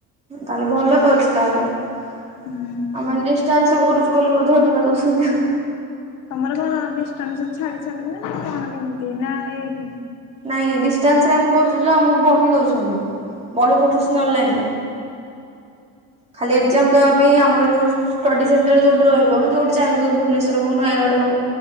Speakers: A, on the right; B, on the left.
A: ତାହେଲେ ଭଲ ତ ଅଛି ତାହେଲେ ଆଉ
B: ହୁଁ
A: ମାନ ଡିସ ତ କରୁଛୁ ବୋଲି ଅଧିକା ଦଉଛନ୍ତି ଆଉ।
B: ତମର କଣ ଡିଷ୍ଟାନ୍ସ ଛାଡିଛନ୍ତି ନା କଣ କେମିତି ନା ଏଇଠି?
A: ନାଇଁ ଡିଷ୍ଟାନ୍ସ ରେ ଆମେ କରୁଛୁ ଯଉ ଆମକୁ ବହି ଦଉଛନ୍ତି। ବହି ପଠଉଛନ୍ତି ଅନଲାଇନରେ? ଖାଲି ଏଗ୍ଜାମ ଦେବା ପାଇଁ ଆମର ଯୋଉ ଷ୍ଟଡି ସେଣ୍ଟର ଯୋଉଠି ରହିବ ଯୋଉଠି ଚାହିଁବ ଭୁବନେଶ୍ୱର ହଉ ନୟାଗଡ଼ ହଉ